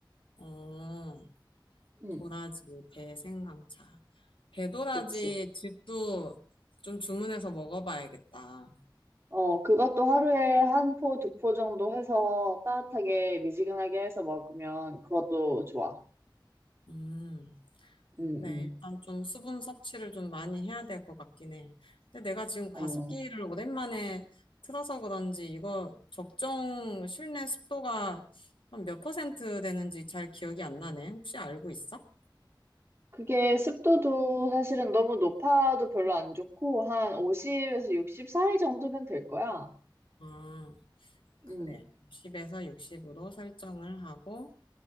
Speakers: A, on the left; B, on the right.
A: 어.
B: 음,
A: 도라지, 배생강차. 배도라지
B: 그치.
A: 즙도 좀 주문해서 먹어봐야겠다.
B: 어, 그것도 하루에 한 포, 두 포 정도 해서 따뜻하게 미지근하게 해서 먹으면 그것도 좋아.
A: 음,
B: 음, 음.
A: 그래. 일단 좀 수분 섭취를 좀 많이 해야 될 것 같긴 해. 근데 내가 지금
B: 어.
A: 가습기를 오랜만에 틀어서 그런지 이거 적정 실내 습도가 한 몇 퍼센트 되는지 잘 기억이 안 나네. 혹시 알고 있어?
B: 그게 습도도 사실은 너무 높아도 별로 안 좋고 한 50에서 60 사이 정도면 될 거야.
A: 아, 그래.
B: 음,
A: 60에서 60으로 설정을 하고